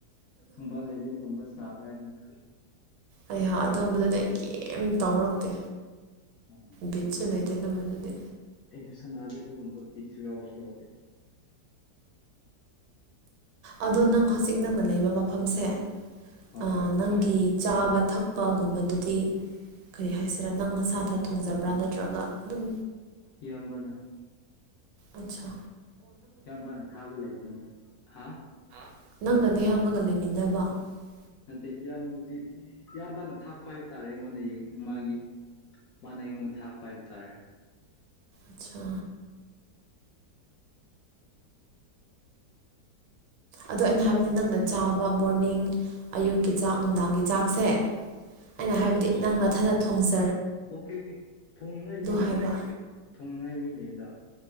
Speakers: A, on the left; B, on the right.
A: ꯃꯣꯕꯥꯏꯜ ꯂꯦꯖꯦꯟꯒꯨꯝꯕ ꯁꯥꯅꯕ꯭ꯔꯥ ꯍꯥꯏꯕꯅꯤꯗ
B: ꯑꯩꯌꯥ ꯑꯗꯨꯝꯕꯗꯨꯗꯤ ꯑꯩ ꯀꯔꯤꯝ ꯇꯧꯔꯛꯇꯦ
A: ꯎꯝ
B: ꯕꯤꯠꯁꯨ ꯂꯩꯇꯦ ꯑꯗꯨꯝꯕꯗꯨꯗꯤ
A: ꯑꯩꯁꯨ ꯁꯥꯟꯅꯗꯦ ꯑꯗꯨꯒꯨꯝꯕ ꯕꯤꯠ ꯁꯤꯥꯎ ꯁꯤꯥꯎ
B: ꯑꯗꯣ ꯅꯪ ꯍꯧꯖꯤꯛ ꯅꯪꯅ ꯂꯩꯕ ꯃꯐꯝꯁꯦ
A: ꯍꯣꯏ
B: ꯑ ꯅꯪꯒꯤ ꯆꯥꯕ ꯊꯛꯄꯒꯨꯝꯕꯗꯨꯗꯤ ꯀꯔꯤ ꯍꯥꯏꯁꯤꯔꯥ ꯅꯪ ꯑꯁꯥꯗ ꯊꯣꯡꯖꯕ꯭ꯔꯥ ꯅꯠꯇ꯭ꯔꯒ ꯑꯗꯨꯝ
A: ꯌꯥꯝꯕꯅ
B: ꯑꯆꯥ
A: ꯌꯥꯝꯅ ꯊꯥꯒ ꯂꯩꯕꯅꯤ ꯍꯥ
B: <inaudible>
A: ꯅꯠꯇꯦ ꯏꯌꯥꯝꯕꯗꯤ ꯏꯌꯥꯝꯕꯅ ꯊꯥꯛꯄ ꯍꯥꯏꯕ ꯇꯥꯔꯦ ꯑꯩꯉꯣꯟꯗ ꯃꯥꯒꯤ ꯃꯥꯅ ꯑꯩꯉꯣꯟꯗ ꯊꯥꯛ ꯄꯥꯏꯕ ꯇꯥꯔ
B: ꯑꯆꯥ ꯑꯗꯣ ꯑꯩꯅ ꯍꯥꯏꯕꯗꯤ ꯅꯪꯅ ꯆꯥꯕ ꯃꯣꯔꯅꯤꯡ ꯑꯌꯨꯛꯀꯤ ꯆꯥꯛ ꯅꯨꯡꯗꯥꯡꯒꯤ ꯆꯥꯛꯁꯦ ꯑꯩꯅ
A: ꯑꯣ
B: ꯍꯥꯏꯕꯗꯤ ꯅꯪꯅ ꯊꯅ ꯊꯣꯡꯖꯩ
A: ꯑꯣꯀꯦ ꯑꯣꯀꯦ ꯊꯣꯡꯅꯉꯥꯏ ꯃꯤ ꯂꯩꯗ
B: ꯍꯥꯏꯕ
A: ꯊꯣꯡꯅꯤꯡꯉꯥꯏ ꯃꯤ ꯂꯩꯩꯗ